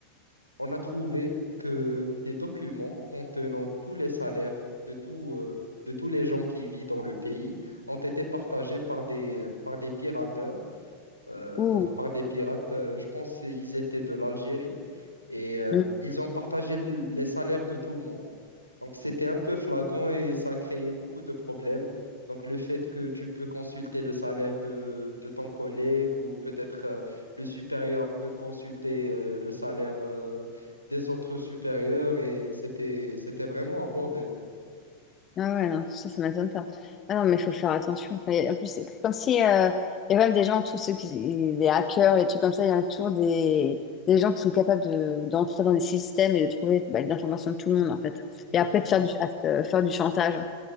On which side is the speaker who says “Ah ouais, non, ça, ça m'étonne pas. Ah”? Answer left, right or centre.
Left